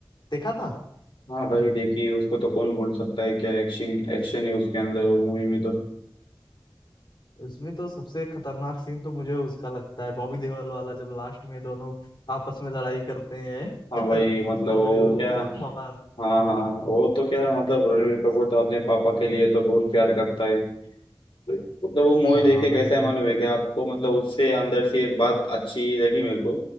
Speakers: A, on the left (about 60°); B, on the left (about 80°).
A: देखा था
B: हाँ भाई देखिए उसको तो कौन भूल सकता है क्या एक्शन एक्शन है उसके अंदर वो मूवी में तो
A: उसमें तो सबसे खतरनाक सीन तो मुझे उसका लगता है बॉबी देओल वाला जब लास्ट में दोनों आपस में लड़ाई करते हैं
B: हाँ
A: <laughs>
B: भाई मतलब
A: बॉबी
B: वो
A: देओल
B: क्या
A: को
B: हाँ
A: ना मार
B: हाँ हाँ, वो तो क्या मतलब रणबीर कपूर
A: उस,
B: तो अपने पापा के लिए तो बहुत प्यार करता है मतलब वो मूवी
A: हाँ
B: देख के
A: भाई
B: कैसा
A: अपने
B: है मालूम है कि आपको मतलब उससे अंदर से एक बात अच्छी लगी मेरे को